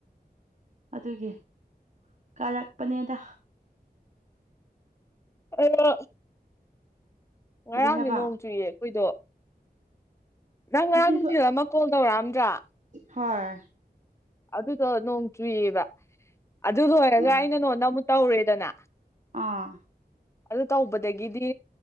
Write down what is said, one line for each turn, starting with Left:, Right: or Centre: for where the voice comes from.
Right: ꯑꯗꯨꯒꯤ ꯀꯥꯔꯛꯄꯅꯦꯗ
Left: <unintelligible> ꯑꯗꯣ ꯉꯔꯥꯡꯗꯤ
Right: ꯀꯔꯤ ꯍꯥꯏꯕ
Left: ꯅꯣꯡ ꯆꯨꯏꯌꯦ ꯑꯩꯈꯣꯏꯗꯣ ꯅꯪ ꯉꯔꯥꯡ
Right: ꯑꯁꯤꯁꯨ
Left: ꯅꯨꯡꯊꯤꯜ ꯑꯃ ꯀꯣꯜ ꯇꯧꯔꯛꯑꯝꯗ꯭ꯔꯥ
Right: ꯍꯣꯏ
Left: ꯑꯗꯨꯗꯣ ꯅꯣꯡ ꯆꯨꯏꯌꯦꯕ ꯑꯗꯨ ꯂꯣꯏꯔꯒ
Right: ꯎꯝ
Left: ꯑꯩꯅ ꯅꯉꯣꯟꯗ ꯑꯃꯨꯛ ꯇꯧꯔꯦꯗꯅ
Right: ꯑꯥ
Left: ꯑꯗꯨ ꯇꯧꯕꯗꯒꯤꯗꯤ